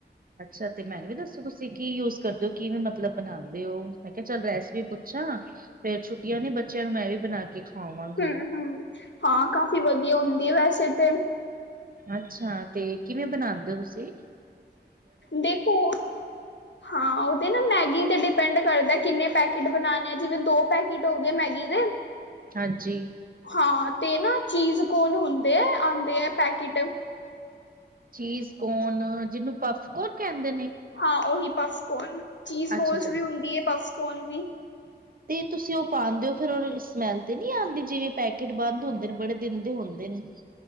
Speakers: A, on the right; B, on the left.
A: ਅੱਛਾ, ਤੇ ਮੈਨੂੰ ਵੀ ਦੱਸੋ ਤੁਸੀਂ ਕੀ ਯੂਜ ਕਰਦੇ ਹੋ, ਕਿਵੇਂ ਮਤਲਬ ਬਣਾਉਂਦੇ ਹੋ, ਮੈਂ ਕਿਹਾ ਚੱਲ ਰੈਸਪੀ ਪੁੱਛਾਂ? ਫੇਰ, ਛੁੱਟੀਆਂ ਨੇ ਬੱਚਿਆਂ ਨੂੰ ਮੈਂ ਵੀ ਬਣਾ ਕੇ ਖਵਾਵਾਂਗੀ।
B: ਹਮ-ਹਮ, ਹਾਂ ਕਾਫੀ ਵਧੀਆ ਹੁੰਦੀ ਹੈ ਵੈਸੇ ਤੇ
A: ਅੱਛਾ, ਤੇ ਕਿਵੇਂ ਬਣਾਉਦੇ ਹੋ ਤੁਸੀ?
B: ਦੇਖੋ ਹਾਂ, ਉਹ ਤੇ ਨਾ ਮੈਗੀ ਤੇ ਡਿਪੈਂਡ ਕਰਦਾ, ਕਿੰਨੇ ਪੈਕੇਟ ਬਣਾਉਣੇ ਆ, ਜਿਵੇਂ ਦੋ ਪੈਕੇਟ ਹੋ ਗਏ ਮੈਗੀ ਦੇ
A: ਹਾਂਜੀ।
B: ਹਾਂ ਤੇ ਨਾ ਚੀਜ਼ ਕੋਰਨ ਹੁੰਦੇ ਹੈ, ਆਉਂਦੇ ਹੈ ਪੈਕਿਟ।
A: ਚੀਜ਼ ਕੋਰਨ, ਜਿਹਨੂੰ ਪਫ ਕੋਰਨ ਕੈਂਦੇ ਨੇ?
B: ਹਾਂ ਉਹੀ ਪੱਫਕੋਨ, ਚੀਜ਼
A: ਅੱਛਾ
B: ਬੋਲਸ
A: ਅੱਛਾ
B: ਵੀ ਹੁੰਦੀ ਹੈ, ਪੱਫਕੋਰਨ ਵੀ।
A: ਤੇ ਤੁਸੀਂ ਉਹ ਪਾਉਦੇ ਹੋ, ਫੇਰ ਉਹ ਸਮੈਲ ਤੇ ਨਹੀਂ ਆਉਂਦੀ, ਜਿਵੇਂ ਪੈਕੇਟ ਬੰਦ ਹੁੰਦੇ ਨੇ ਬੜੇ- ਦਿੰਦੇ ਹੁੰਦੇ ਨੇ।